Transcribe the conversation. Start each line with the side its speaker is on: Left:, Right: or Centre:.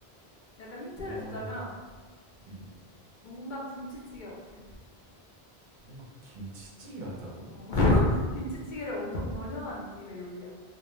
Left: 약간 힌트를
Right: 아,
Left: 주자면
Right: 음.
Left: 뭔가 김치찌개 같아.
Right: 뭔가 김치찌개 같다고?
Left: 어. <laughs> 김치찌개를 엄청 변형한 느낌의 요리야.